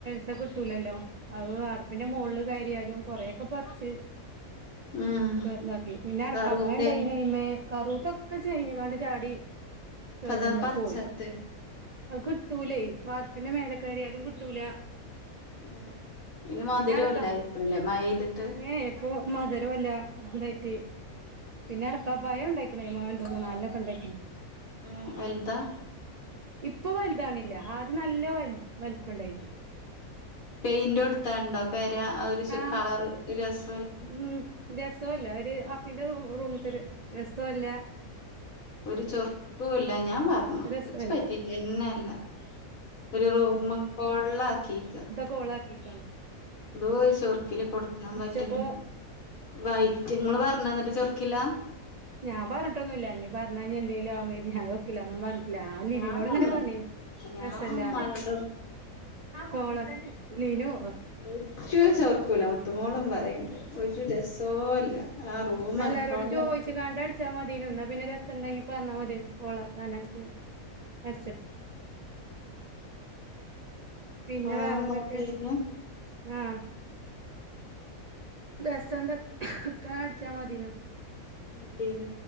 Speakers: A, on the right; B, on the left.
A: ത കിട്ടൂലല്ലോ അത് വാർപ്പിന്റെ മോള് കാര്യാലും കുറൊക്കെ പച്ച്
B: ഉം
A: ഒക്കെ ഇന്താക്കി പിന്നെ അടക്ക
B: കറൂത്തെ
A: ണ്ടൈയിന് അയിന് കറുതൊക്കെ ചീഞ്ഞ്ങ്ങാണ്ട് ചാടി കേടന്ന്
B: പതാ പറിച്ചാത്തെ
A: പോയി. അ കിട്ടൂലേ വാർപ്പിന്റെ മേലക്കരിയാലും കിട്ടൂല
B: ഉം ഇനി മധുരല്ലയിക്കുന്ന്
A: പിന്നെ അടക്ക
B: ഇപ്പല്ലേ മഴയ്തിട്ട്
A: ഏ ഇപ്പൊ മതൊര ല്ല അതായിട്ട് പിന്നെ
B: ഉം
A: അടക്കപയം ഉണ്ടായിക്കാണയിമ്മ രണ്ട് മൂന്ന നാലൊണ്ണേക്കെ ഉണ്ടായിക്ണ്
B: ഉം വൽതാ
A: ഇപ്പൊ വലുതണില്ല ആദ്യം നല്ല വൽ വലിപ്പം ഉണ്ടായിന്നു
B: പെയിന്റോടുത്താണ്ടോ പെര ആഹ് ഒരു
A: ആ
B: കളർ ഒരു രസ
A: ഉം രസോല്ല ഒരു അഫിന്റെ റൂ റൂമത്ത ഒരു രസല്ല
B: ഒരു ചൊറുകൂല്ല ഞാൻ പറഞ്ഞു
A: രസല്ല
B: ച്ച് പറ്റിട്ടെന്നെല്ല ഒരു റൂം കോളാക്കീക്കാ
A: കൊളാക്കികന്നൊ
B: എന്തോരു ചൊറുക്കില് കൊടുക്കാൻ പറ്റും
A: പ്പോ
B: വൈറ്റ് ങ്ങൾ പറഞ്ഞോ ന്നിട്ട് ചൊർക്കില്ല
A: ഞാൻ പറഞ്ഞട്ടൊന്നുല്ല ഇഞ് പറഞ്ഞന്തേലും ആവുന്നർത്തി ഞാൻ ചൊർക്കില്ലന്ന പറഞ്ഞട്ടില്ല
B: ഞാൻ
A: ലിനോട്
B: പറഞ്ഞ്
A: ഇങ്ങനെ പറഞ്ഞു
B: ഞാൻ
A: രസല്ല
B: ഉമ്മാനോടും
A: കോള ലിനു
B: ഒരു ചോർക്കൂല മുത്തുമോളും പറയണ്ട് ഒരു രസോല്ല റൂം
A: ന്നാ
B: അനക്കാവള്ളാക്കി
A: ല്ലാരോടും ചോയിച്ച്ങ്ങാണ്ട അടിച്ചാ മതീനു ന്നാ പിന്നെ രസണ്ടങ്കി പറഞ്ഞാ മതിന്ന് കൊളാക്കാനായിട്ട് അർച്ച
B: <inaudible>
A: പിന്നെ വേറെന്തൊക്കെ
B: മതിയേനു
A: ആഹ് രസന്ത കാ ടിചമതീർന്നു
B: അതേന